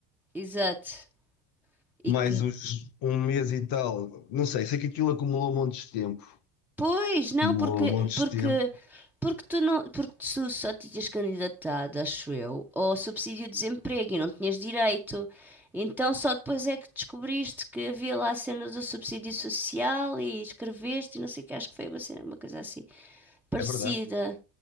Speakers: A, in the centre; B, on the left.
A: exato. E
B: mais
A: que
B: os, um mês e tal, não sei, sei que aquilo acumulou um monte de tempo.
A: Pois, não,
B: Demorou
A: porque,
B: montes
A: porque,
B: de tempo.
A: porque tu não, porque tu só te tinhas candidatado, acho eu, ao subsídio de desemprego e não tinhas direito. Então só depois é que descobriste que havia lá a cena do subsídio social e escreveste e não sei o que, acho que foi uma cena, uma coisa assim parecida.
B: É verdade.